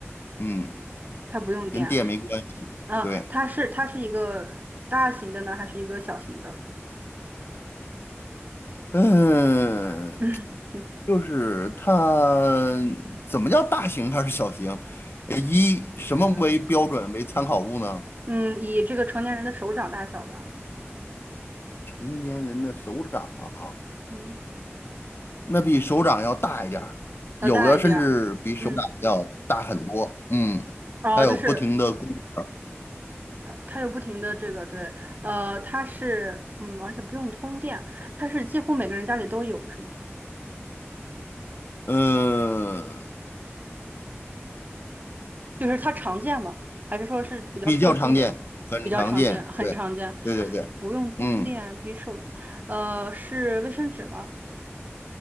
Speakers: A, on the left (about 55°); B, on the right (about 40°).
A: 嗯。
B: 它不用电啊，
A: 跟电没关系。
B: 啊它是它是一个大型的呢，
A: 对，
B: 还是一个小型的？
A: 嗯，
B: 嗯。
A: 就是它怎么叫大型还是小型？呃以什么为标准为参考物呢？
B: <laughs> 嗯，以这个成年人的手掌大小吧，
A: 成年人的手掌啊，
B: 嗯，
A: 那比手掌要大一点儿，
B: 要大一点儿，
A: 有的甚至比手掌要大很多。
B: 嗯，
A: 嗯，
B: 哦，
A: 它有不停的规格儿
B: 就是它，它有不停的这个，对，呃，它是，嗯，而且不用通电，它是几乎每个人家里都有，是吗？
A: 嗯，
B: 就是它常见吗？还是说是比较特殊的，
A: 比较常见，很常见。
B: 比较常见，很常见，
A: 对，对对对，
B: 不用通电，
A: 嗯，
B: 比手的，呃，是卫生纸吗？